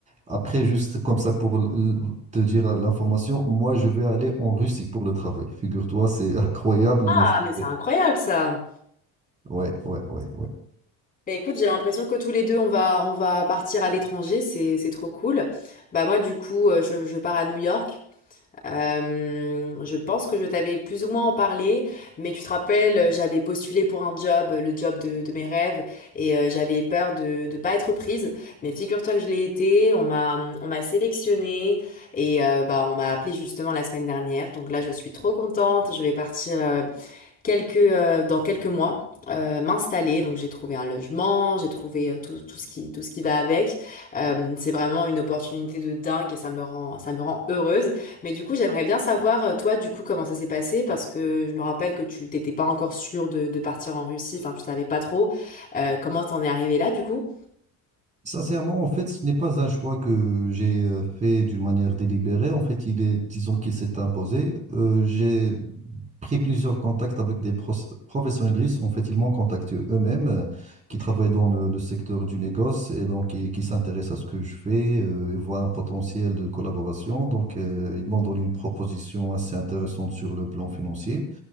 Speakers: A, on the right (about 20°); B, on the left (about 25°).
A: Après, juste comme ça pour l- l- te dire euh, l'information, moi, je vais aller en Russie pour le travail. Figure-toi, c'est <laughs> incroyable,
B: Ah,
A: mais c'est
B: mais c'est
A: vrai.
B: incroyable ça.
A: ouais, ouais, ouais, ouais.
B: Bah, écoute, j'ai l'impression que tous les deux, on va, on va partir à l'étranger. C'est, c'est trop cool. Bah moi, du coup, euh, je, je pars à New York. Euh, je pense que je t'avais plus ou moins en parlé, mais tu te rappelles, euh, j'avais postulé pour un job, le job de, de mes rêves, et euh, j'avais peur de ne pas être prise. Mais figure-toi que je l'ai été. On m'a, hum, on m'a sélectionnée et euh, bah on m'a appelé justement la semaine dernière. Donc là, je suis trop contente. Je vais partir. euh, quelques, euh, dans quelques mois euh, m'installer. Donc j'ai trouvé un logement, j'ai trouvé euh, tout, tout ce qui, tout ce qui va avec. Euh, c'est vraiment une opportunité de dingue et ça me rend, ça me rend heureuse. Mais du coup, j'aimerais bien savoir, euh, toi, du coup, comment ça s'est passé parce que je me rappelle que tu t'étais pas encore sûre de, de partir en Russie, enfin, tu savais pas trop. Euh, comment t'en es arrivé là, du coup?
A: Sincèrement, en fait, ce n'est pas un choix que j'ai euh, fait d'une manière délibérée. En fait, il est, disons qu'il s'est imposé. Euh, j'ai pris plusieurs contacts avec des pros- professionnels de risque. En fait, ils m'ont contacté eux-mêmes, euh, qui
B: Ok.
A: travaillent dans le, le secteur du négoce et donc qui, qui s'intéressent à ce que je fais euh, et voient un potentiel de collaboration. Donc, euh, ils m'ont donné une proposition assez intéressante sur le plan financier.